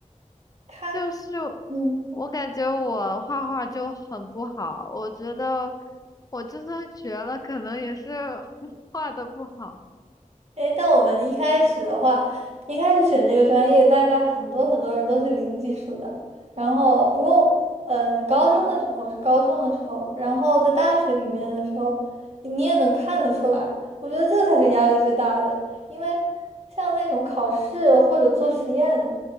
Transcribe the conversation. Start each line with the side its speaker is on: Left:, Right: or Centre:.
Right: 他。
Left: 就是
Right: 嗯，
Left: 我感觉我画画就很不好，我觉得我就算学了，可能也是 <laughs> 画的不好。
Right: 诶，但我们一开始的话，一开始选这个专业，大家很多很多人都是零基础的。然后，不过，嗯，高中的时候是高中的时候，然后在大学里面的时候，你也能看得出来。我觉得这才是压力最大的，因为像那种考试或者做实验，